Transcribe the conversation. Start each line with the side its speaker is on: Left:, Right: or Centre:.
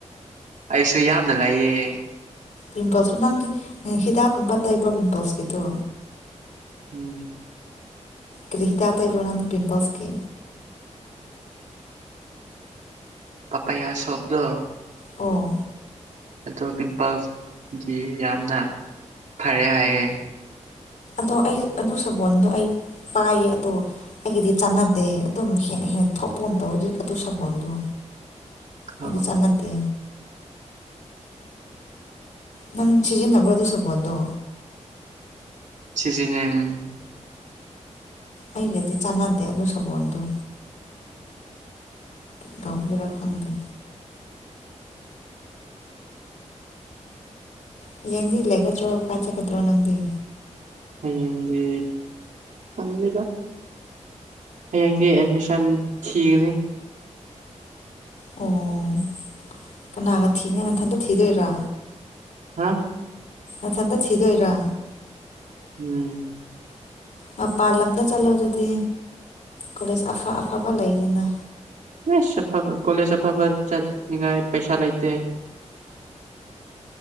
Right: ꯑꯩꯁꯨ ꯌꯥꯝꯅ ꯂꯩꯌꯦ
Left: ꯄꯤꯝꯄꯜꯁ ꯅꯪꯗꯤ ꯍꯤꯗꯥꯛꯀꯨꯝꯕ ꯇꯩꯕ꯭ꯔ ꯄꯤꯝꯄꯜꯁꯀꯤꯗꯣ
Right: ꯎꯝ
Left: ꯀ꯭ꯔꯤ ꯍꯤꯗꯥꯛꯇ ꯇꯩꯕ꯭ꯔ ꯅꯪꯗꯤ ꯄꯤꯝꯄꯜꯁ ꯀꯤ
Right: ꯄꯥꯄꯥꯌ ꯁꯣꯜꯞꯇꯣ
Left: ꯑꯣ
Right: ꯑꯗꯣ ꯄꯤꯝꯄꯜꯁꯒꯤ ꯌꯥꯝꯅ ꯐꯔꯦ ꯍꯥꯏꯑꯦ
Left: ꯑꯗꯣ ꯑꯩ ꯑꯗꯨ ꯁꯥꯅꯣꯟꯗꯣ ꯑꯩ ꯄꯥꯏꯌꯦ ꯑꯗꯣ ꯑꯩꯒꯤꯗꯤ ꯆꯥꯟꯅꯗꯦ ꯑꯗꯨꯝ ꯍꯦꯟꯅ ꯍꯦꯟꯅ ꯊꯧ ꯄꯣꯟ ꯇꯧ ꯑꯗꯨ ꯁꯥꯄꯣꯟꯗꯣ ꯑꯩꯗꯤ
Right: ꯑ
Left: ꯆꯠꯅꯗꯦ ꯅꯪ ꯁꯤꯖꯟꯕ꯭ꯔ ꯑꯗꯨ ꯁꯥꯄꯣꯟꯗꯣ
Right: ꯁꯤꯖꯤꯟꯅꯩ
Left: ꯑꯩꯒꯗꯤ ꯆꯥꯟꯅꯗꯦ ꯑꯗꯨ ꯁꯥꯄꯣꯟꯗꯣ ꯀꯩꯗꯧꯒꯦꯔ ꯈꯪꯗꯦ ꯍꯌꯦꯡꯗꯤ ꯂꯩꯒꯗ꯭ꯔꯣ ꯀꯥꯏꯆꯠꯒꯗ꯭ꯔꯣ ꯅꯪꯗꯤ
Right: ꯍꯌꯦꯡꯗꯤ ꯈꯪꯗꯦꯗꯗ ꯍꯌꯦꯡꯗꯤ ꯑꯦꯠꯃꯤꯁꯟ ꯊꯤꯒꯅꯤ
Left: ꯑꯣ ꯀꯅꯥꯒ ꯊꯤꯅꯤ ꯅꯊꯟꯇ ꯊꯤꯗꯣꯏꯔꯥ
Right: ꯍꯥ
Left: ꯑꯊꯟꯗ ꯊꯤꯗꯣꯏꯔ
Right: ꯎꯝ
Left: ꯃꯄꯥꯟ ꯂꯝꯗ ꯆꯠꯂꯣ ꯑꯗꯨꯗꯤ ꯀꯣꯂꯦꯖ ꯑꯐ ꯑꯐꯕ ꯂꯩꯕꯅꯦ
Right: ꯏꯁ ꯑꯐꯕ ꯀꯣꯂꯦꯖ ꯑꯐꯕ ꯆꯠꯅꯤꯡꯉꯥꯏ ꯄꯩꯁꯥ ꯂꯩꯇꯦ